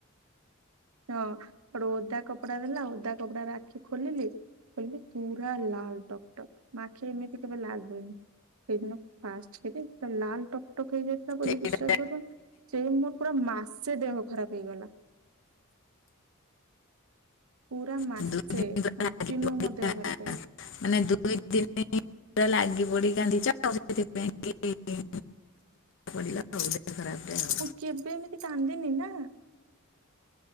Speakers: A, on the right; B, on the left.
A: ହଁ ଗୋଟେ ଓଦା କପଡା ଦେଲା ଓଦା କପଡା ଆଖି ଖୋଲିଲି। ଖୋଲିଲିପୁରା ଲାଲ ଟକ୍ ଟକ୍ ମୋ ଆଖିକେବେ ଏମିତିଲାଲ ହୁଏନି। ସେଦିନ ଫାଷ୍ଟ କିରି ଲାଲ ଟକ୍ ଟକ ହେଇଯାଇଥିଲା ବୋଲି
B: ଏଇଟା
A: ବିଶ୍ଵାସ କର। ସେଇ ମୋର ପୁରା ମାସେ ଦେହ ଖରାପ ହେଇଗଲା। ପୁରା ମାସେ
B: ମାନେ ଦୁଇ ଦିନ ପୁରା
A: କଣ୍ଟିନ୍ୟୁ
B: ଲାଗି ପଡିଲା,
A: ମୋର ଦେହ ଖରାପ ହୋଇଗଲା।
B: ମାନେ ଦୁଇ ତିନି ଦିନ ଲାଗି ପଡି କାନ୍ଦିଛ ସେଥିପାଇଁ କି ପଡିଲାତ ଦେହ ଖରାପରେ।
A: ମୁଁ କେବେ ଏମିତି କାନ୍ଦିନି ନା?